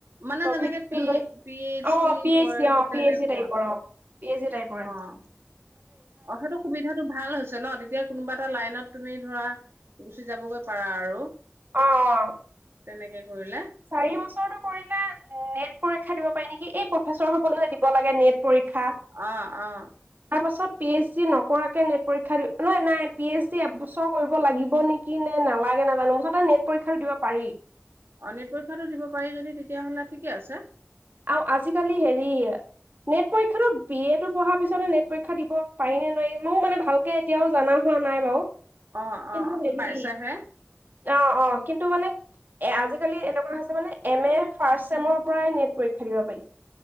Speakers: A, on the right (about 85°); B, on the right (about 50°).
A: মানে
B: ট
A: যেনেকে পি পি এইচ
B: অ
A: ডি
B: পি এইচি
A: কৰে
B: অ
A: তেনেকুৱা
B: পি এইচি টাইপ অ পি এইচি টাইপ
A: অ', সেইটো সুবিধাটো ভাল হৈছে ন'। তেতিয়া কোনোবা এটা লাইনত তুমি ধৰা গুচি যাবগৈ পাৰা আৰু
B: অ',
A: তেনেকে কৰিলে
B: চাৰি বছৰটো কৰিলে এ, নেট পৰীক্ষা দিব পাৰি নেকি? এই প্ৰফেচৰ হ'বলৈ দিব লাগে নেট পৰীক্ষা
A: অ অ
B: তাৰপাছত পি এচ ডি নকৰাকে নেট পৰীক্ষা দি নহয়, নাই পি এচ ডি এবছৰ কৰিব লাগিব নেকি নে নালাগে নাজানো - নেট পৰীক্ষা দিব পাৰি।
A: অ নেট পৰীক্ষাটো দিব পাৰি যদি তেতিয়াহ'লে ঠিকে আছে।
B: আৰু আজিকালি হেৰি নেট পৰীক্ষাতো বি এ টো পঢ়াৰ পিছত নেট পৰীক্ষা দিব পাৰি নে নোৱাৰি ময় মানে ভালকে এতিয়াও জনা হোৱা নাই বাৰু।
A: অ'
B: কিন্তু
A: অ'
B: হেৰি
A: পাইছা হে।
B: অ' অ' কিন্তু মানে এ আজিকালি এনেকুৱা হৈছে মানে- এম এ ফাৰ্ষ্ট চেমৰ পৰাই নেট- পৰীক্ষা দিব পাৰি।